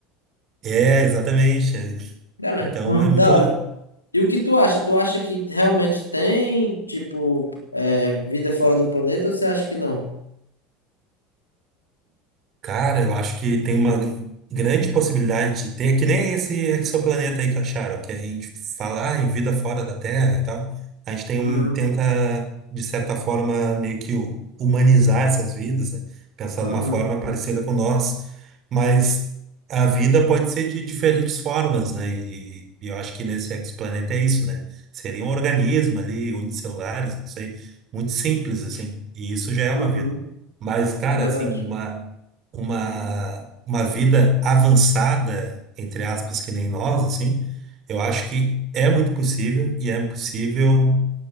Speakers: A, on the right; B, on the left.
A: É, exatamente. é.
B: Cara,
A: Então
B: Hum.
A: é muito,
B: da hora. E o que tu acha? Tu acha que realmente tem, tipo, é, vida fora do planeta ou você acha que não?
A: Cara, eu acho que tem uma grande possibilidade de ter, que nem esse exoplaneta aí que acharam, que a gente fala ah, em vida fora da Terra e tal. A gente tem um,
B: Uhum,
A: tenta, de certa forma, meio que hu- humanizar essas vidas, né? Pensar
B: uhum,
A: de uma forma parecida com nós. Mas a vida pode ser de diferentes formas, né? E, e eu acho que nesse exoplaneta é isso, né? Seria um organismo ali, unicelulares, não sei, muito simples, assim. E isso já é uma
B: uhum.
A: vida. Mas, cara,
B: É verdade.
A: assim, uma uma, uma vida avançada, entre aspas, que nem nós, assim, eu acho que é muito possível e é possível,